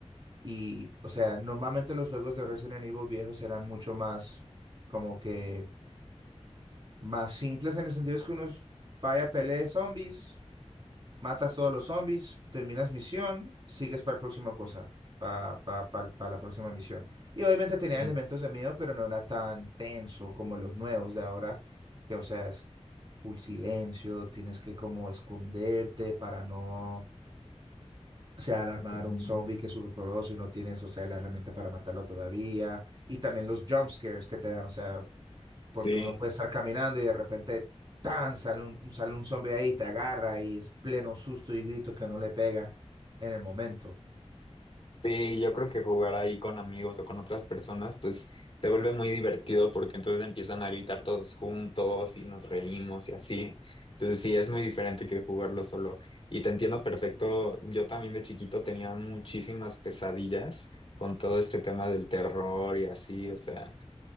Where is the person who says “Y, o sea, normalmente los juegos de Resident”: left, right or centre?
Right